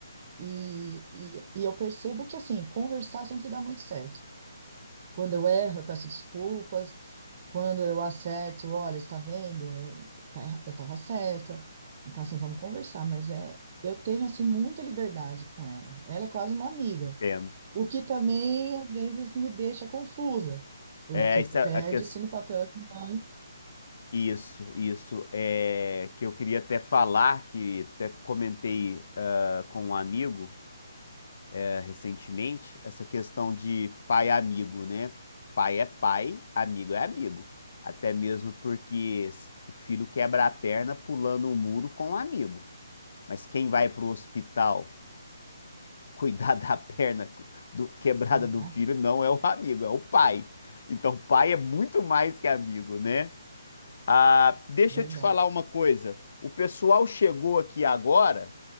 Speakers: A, on the right; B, on the left.
A: E, e, e eu percebo que, assim, conversar sempre dá muito certo. Quando eu erro, eu peço desculpas. Quando eu acerto, olha, está vendo? Eu, tá erra- eu estava certa. Então, assim, vamos conversar. Mas é, eu tenho, assim, muita liberdade com ela. Ela é quase uma amiga.
B: entendo.
A: O que também, às vezes, me deixa confusa, porque
B: É, isso,
A: perde-se
B: é a ques-
A: no papel de mãe.
B: isso, isso é que eu queria até falar, que até comentei ah, com um amigo eh, recentemente, essa questão de pai amigo, né? Pai é pai, amigo é amigo. Até mesmo porque s- o filho quebra a perna pulando o muro com o amigo. Mas quem vai para o hospital <laughs> cuidar da perna cu- do- quebrada
A: Cuidar,
B: do filho não é o amigo, é o pai. Então, pai é muito mais que amigo, né? Ah, deixa
A: verdade.
B: eu te falar uma coisa. O pessoal chegou aqui agora.